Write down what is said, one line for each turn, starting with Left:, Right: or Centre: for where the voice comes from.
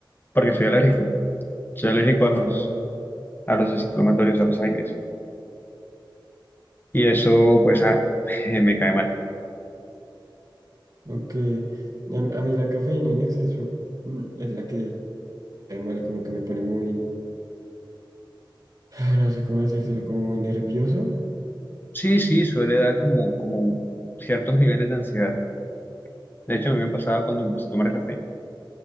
Left: porque soy alérgico. Soy alérgico a los,
Right: Ah,
Left: a los desinflamatorios, a los aires. Y eso, pues, ah, <laughs> me cae mal.
Right: ok. A, a mí la cafeína en exceso mm, es la que, mal como que me pone muy... <sighs> No sé cómo decírtelo, como muy nervioso.
Left: Sí, sí, suele dar como, como ciertos niveles de ansiedad. De hecho, a mí me pasaba cuando empecé a tomar café.